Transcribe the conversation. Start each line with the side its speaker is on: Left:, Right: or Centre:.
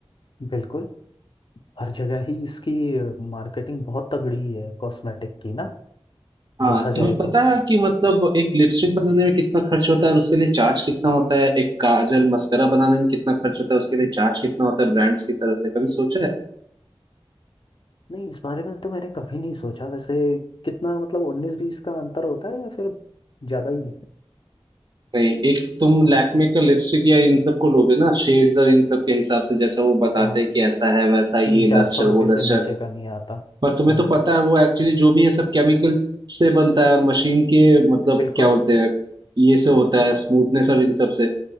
Left: बिल्कुल हर जगह ही इसकी मार्केटिंग बहुत तगड़ी है कॉस्मेटिक की ना
Right: हाँ
Left: देखा जाए
Right: तुम्हें पता
Left: तो
Right: है कि मतलब एक लिपस्टिक बनाने में कितना खर्च होता है और उसके लिए चार्ज कितना होता है एक काजल मस्करा बनाने में कितना खर्च होता है उसके लिए चार्ज कितना होता है ब्रांड्स की तरफ से कभी सोचा है
Left: नहीं इस बारे में तो मैंने कभी नहीं सोचा वैसे कितना मतलब उन्नीस बीस का अंतर होता है या फिर ज़्यादा ही है?
Right: नहीं एक तुम लैक्मे का लिपस्टिक या इन सब को लोगे ना शेड्स और इन सब के हिसाब से जैसा वो बताते
Left: हाँ
Right: हैं कि ऐसा है वैसा है,
Left: तीन
Right: ये
Left: चार
Right: लस्टर
Left: सौ रुपये
Right: वो
Left: से
Right: लस्टर
Left: नीचे का नहीं आता
Right: पर तुम्हें
Left: हाँ
Right: तो पता है वो एक्चुअली जो भी है सब केमिकल से बनता है और मशीन के मतलब
Left: बिल्कुल
Right: क्या बोलते हैं ये से होता है स्मूथनेस और इन सब से